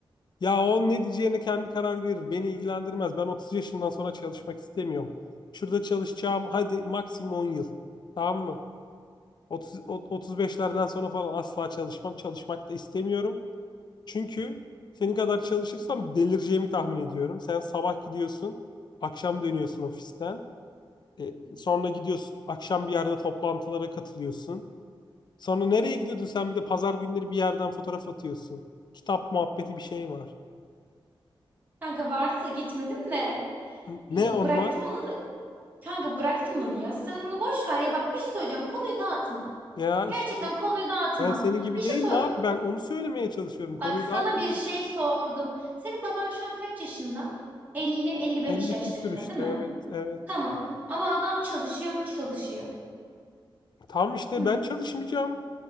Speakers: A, on the left; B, on the right.
A: Ya o ne diyeceğine kendi karar verir. Beni ilgilendirmez. Ben 30 yaşından sonra çalışmak istemiyorum. Şurada çalışacağım, hadi maksimum 10 yıl. Tamam mı? 30, o- otuz beşlerden sonra falan asla çalışmam. Çalışmak da istemiyorum. Çünkü senin kadar çalışırsam delireceğimi tahmin ediyorum. Sen sabah gidiyorsun, akşam dönüyorsun ofisten. E, sonra gidiyorsun, akşam bir yerde toplantılara katılıyorsun. Sonra nereye gidiyordun sen bir de pazar günleri bir yerden fotoğraf atıyorsun. Kitap muhabbeti bir şey var.
B: Kanka vardı da gitmedim de.
A: N- Ne
B: E,
A: onlar?
B: Bıraktım onu da. Kanka bıraktım bunu ya. Sen onu boş ver ya. Bak bir şey söyleyeceğim. Konuyu dağıtma.
A: Ya işte
B: Gerçekten konuyu dağıtma.
A: ben senin gibi
B: Bir şey
A: değilim
B: sor.
A: abi ben onu söylemeye çalışıyorum. Konuyu
B: Bak sana
A: dağıtmıyorum.
B: bir şey sordum. Senin baban şu an kaç yaşında? 50-55
A: 50
B: yaşlarında
A: küsür işte
B: değil mi?
A: evet evet.
B: Tamam. Ama adam çalışıyor mu? Çalışıyor.
A: Tam işte
B: Değil
A: ben
B: mi?
A: çalışmayacağım.